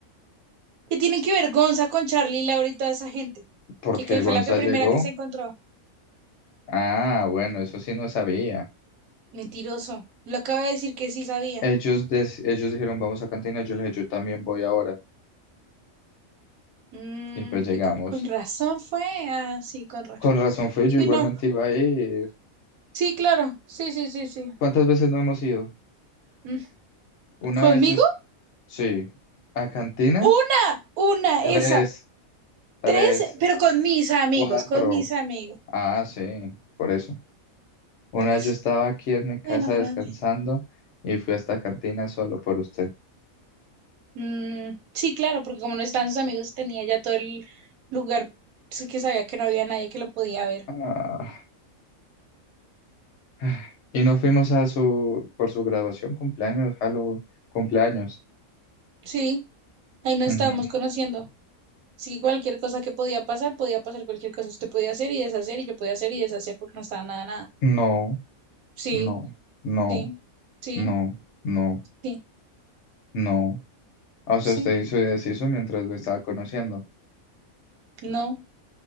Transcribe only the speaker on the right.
¿Qué tienen que ver Gonza con Charlie, Laura y toda esa gente?
Que que
fue la que primera
que se encontró.
Mentiroso. Lo acaba de decir que sí sabía.
Mm,
que co- con, razón fue. Ah, sí, con razón.
Sí,
no.
Sí, claro. Sí, sí, sí, sí.
Mm.
¿Conmigo?
Una, una,
esa.
Tres, pero con mis amigos,
con mis amigos.
Por eso.
Bueno, Fernando.
Mm, sí, claro, porque como no estaban sus amigos, tenía ya todo el lugar sí, que sabía que no había nadie que lo podía ver.
Sí. Ahí nos
estábamos conociendo. Así que cualquier cosa que podía pasar, podía pasar cualquier cosa. Usted podía hacer y deshacer y yo podía hacer y deshacer porque no estaba nada, nada.
Sí,
sí, sí,
sí,
sí.
No.